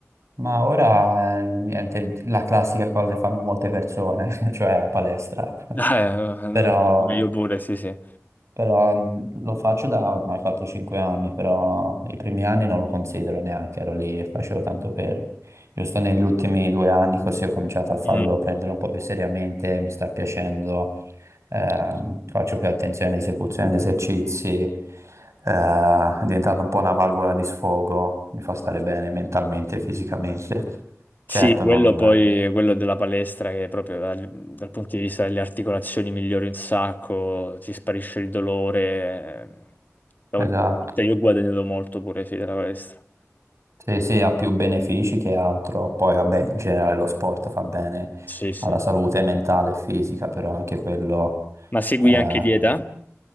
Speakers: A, on the right (about 65°); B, on the left (about 35°).
A: Ma ora, eh, niente, la classica cosa che fanno molte persone, <laughs> cioè palestra.
B: <laughs>
A: <laughs>
B: Eh,
A: Però
B: io pure, sì, sì.
A: Però mh, lo faccio da ormai 4-5 anni, però i primi anni non lo considero neanche, ero lì e facevo tanto per... Giusto negli ultimi due anni così ho cominciato a farlo
B: Mm.
A: prendere un po' più seriamente, mi sta piacendo, ehm, faccio più attenzione all'esecuzione degli esercizi, eh, è diventato un po' una valvola di sfogo, mi fa stare bene mentalmente e fisicamente. Certo,
B: Sì, quello
A: non...
B: poi, quello della palestra che proprio dal, dal punto di vista delle articolazioni migliori un sacco, ti sparisce il dolore. eh, Da quel
A: Esatto.
B: punto di vista io ho guadagnato molto pure, sì, della palestra.
A: Sì, sì, ha più benefici che altro. Poi, vabbè, in generale lo sport fa bene
B: Sì, sì.
A: alla salute mentale e fisica, però anche quello
B: Ma segui
A: eh,
B: anche dieta?